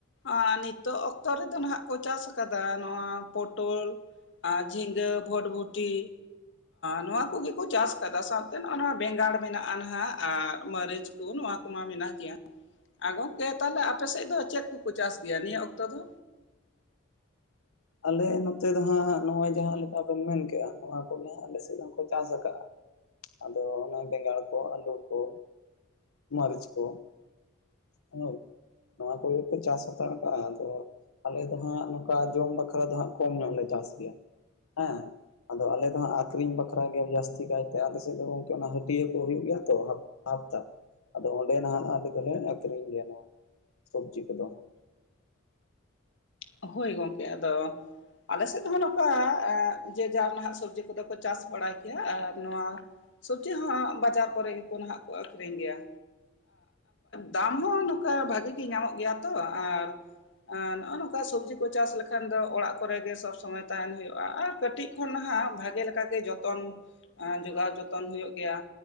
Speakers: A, on the left; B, on the left.
A: ᱟᱨ ᱱᱤᱛᱚᱜ ᱚᱠᱛᱚ ᱨᱮᱫᱚ ᱱᱟᱦᱟᱜ ᱠᱚ ᱪᱟᱥ ᱟᱠᱟᱫᱟ ᱱᱚᱣᱟ ᱯᱚᱴᱚᱞ ᱟᱨ ᱡᱷᱤᱸᱜᱟᱹ ᱵᱷᱚᱴᱵᱷᱚᱴᱴᱤ ᱱᱚᱣᱟ ᱠᱚᱜᱮ ᱠᱚ ᱪᱟᱥ ᱟᱠᱟᱫᱟ ᱥᱟᱶᱛᱮ ᱱᱚᱜᱼᱚᱭ ᱱᱚᱣᱟ ᱵᱮᱸᱜᱟᱲ ᱢᱮᱱᱟᱜᱼᱟ ᱱᱟᱦᱟᱜ ᱟᱨ ᱢᱟᱹᱨᱤᱪ ᱠᱚ ᱱᱚᱣᱟ ᱠᱚ ᱠᱚᱢᱟ ᱢᱮᱱᱟᱜ ᱜᱮᱭᱟ ᱟᱨ ᱜᱚᱝᱠᱮ ᱛᱟᱦᱚᱞᱮ ᱟᱯᱮ ᱥᱮᱫ ᱫᱚ ᱪᱮᱫ ᱠᱚᱠᱚ ᱪᱟᱥ ᱜᱮᱭᱟ ᱱᱤᱭᱟᱹ ᱚᱠᱛᱚ ᱫᱚ?
B: ᱟᱞᱮ ᱱᱚᱛᱮ ᱫᱚ ᱦᱟᱸᱜ ᱱᱚᱜᱼᱚᱭ ᱡᱟᱦᱟᱸ ᱞᱮᱠᱟ ᱵᱮᱱ ᱢᱮᱱᱠᱮᱜᱼᱟ ᱱᱚᱣᱟ ᱠᱚᱜᱮ ᱦᱟᱸᱜ ᱟᱞᱮ ᱥᱮᱫ ᱦᱚᱸᱠᱚ ᱪᱟᱥ ᱟᱠᱟᱜᱼᱟ ᱟᱫᱚ ᱚᱱᱮ ᱵᱮᱸᱜᱟᱲ ᱠᱚ ᱟᱹᱞᱩ ᱠᱚ ᱢᱟᱹᱨᱤᱪ ᱠᱚ <unintelligible> ᱱᱚᱣᱟ ᱠᱚᱜᱮ ᱠᱚ ᱪᱟᱥ ᱦᱟᱛᱟᱲ ᱟᱠᱟᱫᱟ ᱟᱫᱚ ᱟᱞᱮ ᱫᱚ ᱦᱟᱸᱜ ᱱᱚᱝᱠᱟ ᱡᱚᱢ ᱵᱟᱠᱷᱨᱟ ᱟᱞᱮ ᱫᱚ ᱦᱟᱜ ᱠᱚᱢ ᱧᱚᱜ ᱞᱮ ᱪᱟᱥ ᱜᱮᱭᱟ ᱦᱮᱸ ᱟᱫᱚ ᱟᱞᱮ ᱫᱚ ᱦᱟᱸᱜ ᱟᱠᱷᱨᱤᱧ ᱵᱟᱠᱷᱨᱟ ᱜᱮ ᱡᱟᱹᱥᱛᱤ ᱠᱟᱭᱛᱮ ᱟᱞᱮ ᱥᱮᱫ ᱫᱚ ᱜᱚᱝᱠᱮ ᱚᱱᱟ ᱦᱟᱹᱴᱭᱟᱹ ᱠᱚ ᱦᱩᱭᱩᱜ ᱜᱮᱭᱟ ᱛᱚ <unintelligible> ᱟᱫᱚ ᱚᱸᱰᱮ ᱱᱟᱦᱟᱜ ᱟᱞᱮ ᱫᱚᱞᱮ ᱟᱠᱠᱷᱨᱤᱧ ᱜᱮᱭᱟ ᱱᱚᱣᱟ ᱥᱚᱵᱽᱡᱤ ᱠᱚᱫᱚ
A: ᱦᱳᱭ ᱜᱚᱢᱠᱮ ᱟᱫᱚ, ᱟᱞᱮ ᱥᱮᱫ ᱦᱚᱸ ᱱᱚᱝᱠᱟ ᱮᱸᱜ ᱡᱮ ᱡᱟᱨ ᱱᱟᱦᱟᱜ ᱥᱚᱵᱡᱤ ᱠᱚᱫᱚ ᱠᱚ ᱪᱟᱥ ᱵᱟᱲᱟᱭ ᱜᱮᱭᱟᱟᱨ ᱱᱚᱣᱟ, ᱥᱚᱵᱡᱤ ᱦᱚᱸ ᱵᱟᱡᱟᱨ ᱠᱚᱨᱮ ᱜᱮᱠᱚ ᱱᱟᱦᱟᱜ ᱠᱚ ᱟᱠᱷᱨᱤᱧ ᱜᱮᱭᱟ᱾ ᱫᱟᱢ ᱦᱚᱸ ᱱᱚᱝᱠᱟ ᱵᱷᱟᱜᱤ ᱜᱮ ᱧᱟᱢᱚᱜ ᱜᱮᱭᱟ ᱛᱚ ᱟᱨ, ᱟᱨ <unintelligible> ᱱᱚᱜᱚᱭ ᱱᱚᱝᱠᱟ, ᱚᱠᱟ ᱥᱚᱵᱽᱡᱤ ᱠᱚ ᱪᱟᱥ ᱞᱮᱠᱷᱟᱱ ᱫᱚ ᱚᱲᱟᱜ ᱠᱚᱨᱮ ᱜᱮ ᱥᱚᱵᱽ ᱥᱚᱢᱚᱭ ᱛᱟᱦᱮᱱ ᱦᱩᱭᱩᱜᱼᱟ, ᱟᱨ ᱠᱟᱹᱴᱤᱡ ᱠᱷᱚᱱ ᱱᱟᱦᱟᱜ ᱵᱷᱟᱜᱮ ᱞᱮᱠᱟ ᱜᱮ ᱡᱚᱛᱚ ᱡᱚᱛᱚᱱ ᱡᱚᱜᱟᱣ ᱡᱚᱛᱚᱱ ᱦᱩᱭᱩᱜ ᱜᱮᱭᱟ᱾